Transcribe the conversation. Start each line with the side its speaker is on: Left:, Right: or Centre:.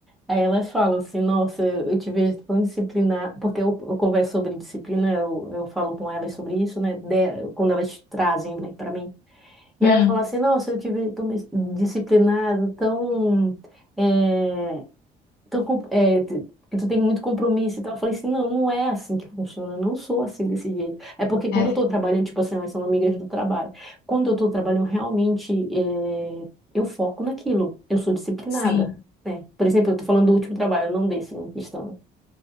Centre: Aí elas falam assim, nossa, eu eu te vejo tão disciplinar, porque eu, eu converso sobre disciplina, eu, eu falo com elas sobre isso, né? de- quando elas trazem, né, para mim. E
Left: Hum,
Centre: elas falam assim, nossa, eu te vejo tão dis- disciplinado, tão eh, tão, com- é, t- que tu tem muito compromisso e tal. Eu falei assim, não, não é assim que funciona, eu não sou assim desse jeito. É porque quando
Left: é,
Centre: eu tô trabalhando, tipo assim, elas são amigas do trabalho. Quando eu tô trabalhando, realmente, é, eu foco naquilo, eu sou disciplinada.
Left: sim,
Centre: Né? Por exemplo, eu tô falando do último trabalho, não desse, não questão. né?